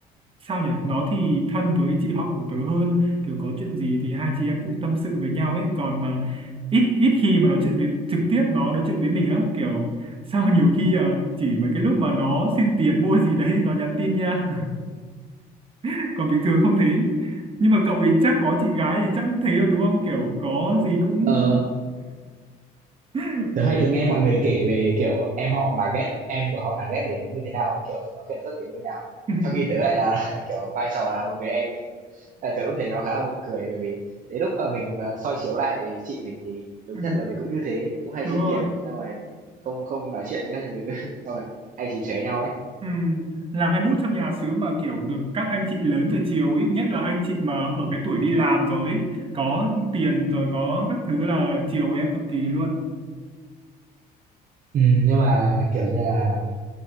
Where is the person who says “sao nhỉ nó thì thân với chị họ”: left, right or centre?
Right